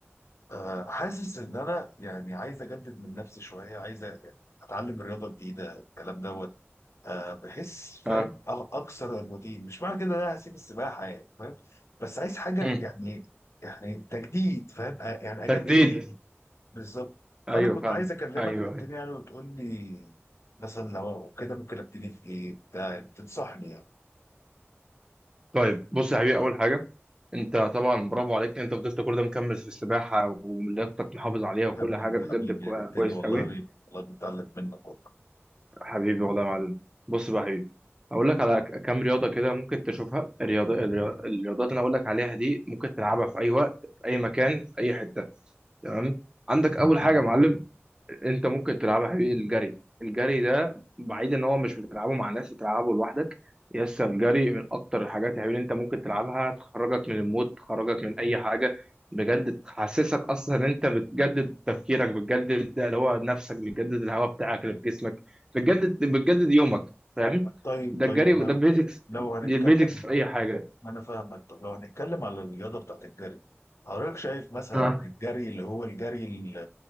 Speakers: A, on the left; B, on the right.
A: آه، حاسس ان انا يعني عايز اجدد من نفسي شويه عايز أ- اتعلم رياضه جديده الكلام دوت آه، بحس فاهم
B: ها
A: أ- اكسر الروتين مش معنى كده ان انا هسيب السباحه يعني فاهم بس عايز حاجه
B: مم.
A: يعني يعني تجديد فاهم أ- يعني اجدد
B: تجديد
A: ريقي بالظبط فانا
B: ايوه
A: كنت
B: فاهمك
A: عايز اكلمك
B: ايوه
A: كابتن
B: ايوه
A: يعني وتقول لي مثلا لو كده ممكن ابتدي في ايه بتاع تنصحني يعني
B: طيب بص يا حبيبي اول حاجه انت طبعا برافو عليك انت فضلت كل ده مكمل في السباحه ولياقتك محافظ عليها وكل
A: تمام
B: حاجه
A: يا
B: بجد
A: حبيبي
B: كو-
A: يا كابتن
B: كويس
A: والله
B: قوي
A: والله بنتعلم منك والله.
B: حبيبي والله يا معلم بص بقى يا حبيبي هقول لك على ك- كام رياضه كده ممكن تشوفها الرياضه الرياض- الرياضات اللي انا هقول لك عليها دي ممكن تلعبها في اي وقت في اي مكان في اي حته تمام عندك اول
A: جميل
B: حاجه يا معلم انت ممكن تلعبها يا حبيبي الجري الجري ده بعيد ان هو مش بتلعبه مع ناس بتلعبه لوحدك يس الجري من اكتر الحاجات يا حبيبي اللي انت ممكن تلعبها تخرجك من المود تخرجك من اي حاجه بجد تحسسك اصلا ان انت بتجدد تفكيرك بتجدد اللي هو نفسك بتجدد الهواء بتاعك اللي في جسمك بتجدد بتجدد يومك فاهم
A: طيب
B: ده
A: طيب
B: الجري وده البيزكس
A: لو هنتكلم
B: دي البيزكس في اي حاجه
A: انا فاهمك طب لو هنتكلم على الرياضه بتاعت الجري حضرتك شايف مثلا
B: مم.
A: الجري اللي هو الجري ال-